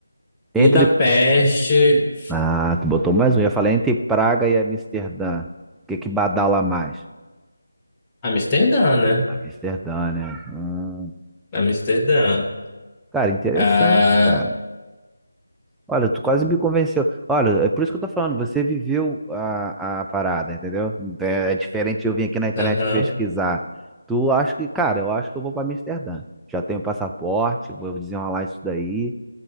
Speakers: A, in the centre; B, on the left (about 15°).
A: entre...
B: Budapeste,
A: Ah, tu botou mais um. Eu ia falar entre Praga e Amsterdã. O que que badala mais?
B: Amsterdã, né?
A: Amsterdã, né? Hum,
B: Amsterdã.
A: cara, interessante,
B: Ah,
A: cara. Olha, tu quase me convenceu. Olha, é por isso que eu tô falando, você viveu a, a parada, entendeu? É, é diferente eu vir aqui na internet
B: aham.
A: pesquisar. Tu acha que, cara, eu acho que eu vou pra Amsterdã. Já tenho passaporte, vou desenrolar isso daí